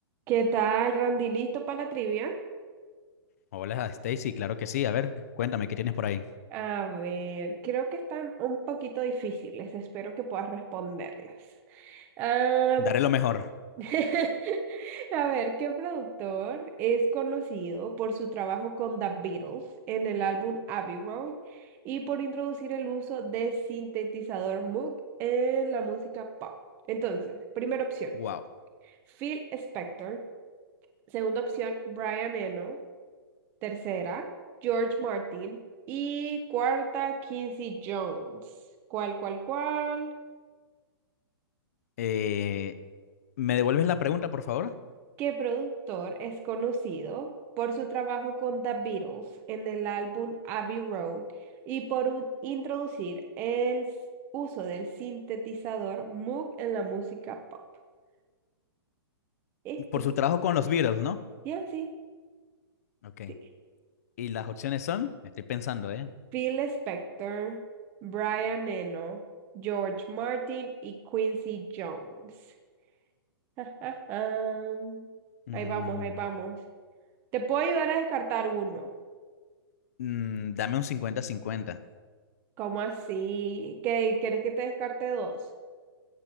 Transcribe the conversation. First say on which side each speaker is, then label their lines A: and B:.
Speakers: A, on the right; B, on the left.
A: ¿Qué tal, Randy? ¿Listo para la trivia?
B: Hola, Stacy, claro que sí. A ver, cuéntame, ¿qué tienes por ahí?
A: A ver, creo que están un poquito difíciles, espero que puedas responderlas. Ah,
B: Daré lo mejor.
A: <laughs> a ver, ¿qué productor es conocido por su trabajo con The Beatles en el álbum Abbey Road y por introducir el uso de sintetizador Moog en la música pop? Entonces, primera opción,
B: Wow.
A: Phil Spector. Segunda opción, Brian Eno. Tercera, George Martin. Y cuarta, Quincy Jones. ¿Cuál, cuál, cuál?
B: Eh, ¿me devuelves la pregunta, por favor?
A: ¿Qué productor es conocido por su trabajo con The Beatles en el álbum Abbey Road y por un- introducir el s- uso del sintetizador Moog en la música pop? <laughs> Eh,
B: Por
A: eh,
B: su trabajo con los Beatles, ¿no?
A: Ya, sí,
B: Ok.
A: sí.
B: ¿Y las opciones son? Estoy pensando, ¿eh?
A: Phil Spector, Brian Eno, George Martin y Quincy Jones. <laughs> Ja, ja, ja.
B: Mm,
A: Ahí vamos, ahí vamos. Te puedo ayudar a descartar uno.
B: mm, dame un 50-50.
A: ¿Cómo así? ¿Qué, quieres que te descarte dos?